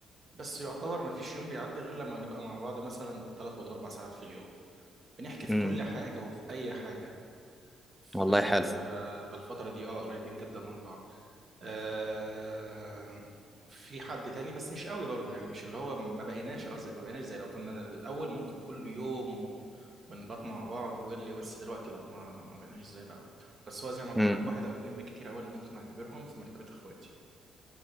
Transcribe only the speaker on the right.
بس يعتبر ما فيش يوم بيعدي غير لما نبقى مع بعض مثلا بالثلاث والاربع ساعات في اليوم بنحكي في
كل حاجة وفي اي حاجة ف...
فالفترة دي اه قريبين جدا من بعض آه... في حد تاني بس مش قوي برضو يعني مش اللي هو ما بقيناش اه زي ما بقيناش زي لو كنا الأول ممكن كل يوم و... ونبات مع بعض واللي بس دلوقتي لا ما ما بقيناش زي الأول بس هو زي ما قلت
لك واحد أو اتنين بالكتير أوي اللي ممكن أعتبرهم في مرتبة إخواتي